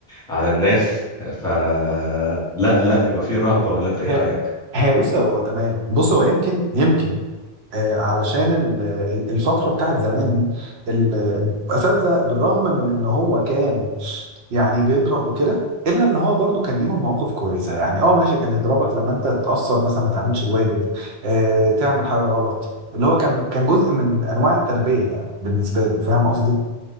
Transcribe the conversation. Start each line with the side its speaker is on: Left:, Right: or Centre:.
Centre: على الناس فلا لا لا، يبقى فيه رهبه ولا انت ايه
Right: هي
Centre: رايك
Right: هي بص هو تمام بص هو يمكن يمكن آه، علشان ال- ال- الفترة بتاعت زمان دي ال- الأساتذة بالرغم من إن هو كان يعني بيضرب وكده إلا إن هو برضو كان ليهم مواقف كويسة يعني أه ماشي كان يضربك لما أنت تتأثر مثلا ما تعملش الواجب آه، تعمل حاجة غلط اللي هو كان كان جزء من أنواع التربية يعني بالنسبة له فاهم قصدي؟